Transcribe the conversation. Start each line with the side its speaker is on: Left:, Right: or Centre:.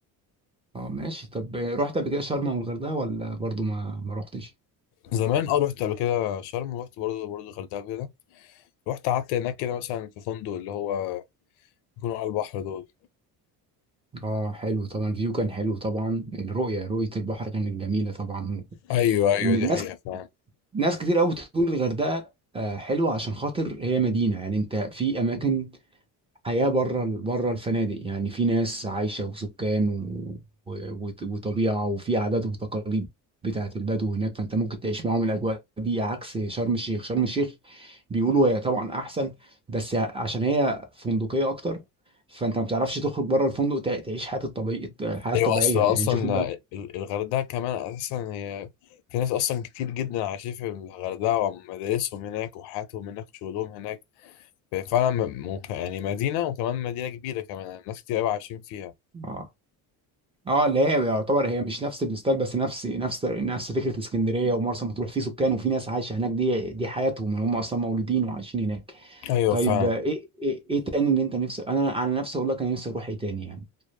Right: اه ماشي طب رحت قبل كده شرم والغردقه ولا برضو ما ما رحتش
Left: زمان أه رحت قبل كده شرم ورحت برضه برضه الغردقة كده رحت قعدت هناك كده مثلا في فندق اللي هو يكونوا على البحر دول
Right: اه حلو طبعا الفيو كان حلو طبعا الرؤيه رؤيه البحر كانت جميله طبعا
Left: ايوه ايوه
Right: الناس
Left: دي حقيقة
Right: ناس كتير قوي بتقول الغردقه آه، حلوه عشان خاطر هي مدينه يعني انت في اماكن حياه بره بره الفنادق يعني في ناس عايشه وسكان و... و... وط- وطبيعه وفي عادات وتقاليد بتاعت البدو هناك فانت ممكن تعيش معاهم الاجواء دي عكس شرم الشيخ شرم الشيخ بيقولوا هي طبعا احسن بس عشان هي فندقيه اكتر فانت ما بتعرفش تخرج بره الفندق تع- تعيش حياه الطبيعيه الحياه
Left: ايوه
Right: الطبيعيه
Left: اصل
Right: يعني
Left: اصلا
Right: نشوف
Left: ال- الغردقه كمان اساسا هي في ناس اصلا كتير جدا عايشين في الغردقه ومدارسهم هناك وحياتهم هناك وشغلهم هناك فعلا م- ممكن يعني مدينه وكمان مدينه كبيره كمان يعني ناس كتير قوي عايشين فيها
Right: بقى اه اللي هي يعتبر هي مش نفس الستايل بس نفس نفس نفس فكره اسكندريه ومرسى مطروح في سكان وفي ناس عايشه هناك دي دي حياتهم يعني هم اصلا مولودين وعايشين هناك
Left: ايوه
Right: طيب
Left: فاهم
Right: آه، ايه ايه, إيه تاني اللي انت نفسك انا على نفسي اقول لك انا نفسي اروح ايه تاني يعني